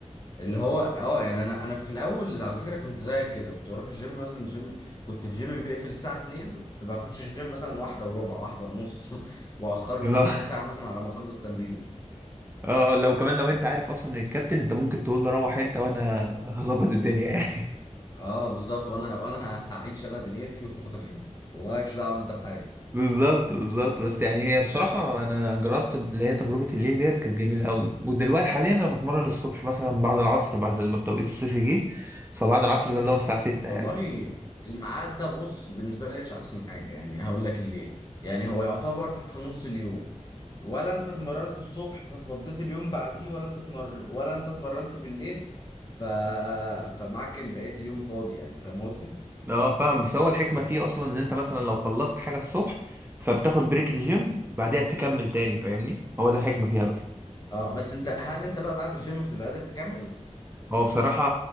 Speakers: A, on the left; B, on the right.
A: اللي هو اه يعني انا انا في الاول على فكره كنت زيك كده كنت بروح الجيم مثلا الجيم كنت في جيم بيقفل الساعه 2 كنت بخش الجيم مثلا واحده وربع واحده ونص <laughs> واخر
B: اه
A: نص ساعه
B: <laughs>
A: مثلا على ما اخلص تمرين
B: آه، لو كمان لو انت عارف اصلا الكابتن انت ممكن تقول له روح انت وانا هظبط الدنيا يعني
A: اه بالظبط وانا وانا ه- هعيش انا دنيتي و... <laughs> ومالكش دعوه انت بحاجه
B: بالظبط بالظبط بس يعني هي بصراحة أنا جربت اللي هي تجربة الليل ديت كانت جميلة أوي ودلوقتي حاليا أنا بتمرن الصبح مثلا بعد العصر بعد ما التوقيت الصيفي جه فبعد العصر ده اللي هو الساعة 6
A: والله
B: يعني
A: الميعاد ده بص بالنسبة لي مش أحسن حاجة يعني هقول لك ليه يعني هو يعتبر في نص اليوم ولا أنت اتمرنت الصبح ففضيت اليوم بعديه ولا أنت اتمر ولا أنت اتمرنت بالليل ف... فمعاك بقية اليوم فاضي يعني فاهم قصدي؟
B: أه فاهم بس هو الحكمة فيه أصلا إن أنت مثلا لو خلصت حاجة الصبح فبتاخد بريك الجيم بعدها تكمل تاني فاهمني هو ده الحكمة فيها بس
A: اه بس انت هل انت بقى بعد الجيم بتبقى قادر تكمل؟
B: هو بصراحة